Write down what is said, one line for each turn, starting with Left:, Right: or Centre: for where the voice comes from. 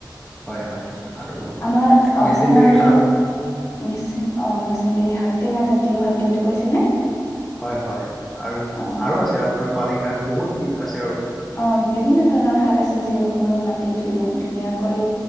Centre: হয় হয় আৰু
Left: আমাৰ অসমৰ
Centre: মেচিনডেৰী শাক
Left: মিচিং অ, মেছেংগিৰি শাক টেঙা জাতীয় খাদ্যটো কৈছেনে।
Centre: হয়, হয় আৰু,
Left: অ',
Centre: আৰু আছে আৰু আপোনাৰ পালেং শাক বহুত বিধ আছে আৰু।
Left: অ, বিভিন্ন ধৰণৰ শাক আছে যি অসমৰ মাটিত ধুনী, ধুনীয়াকৈ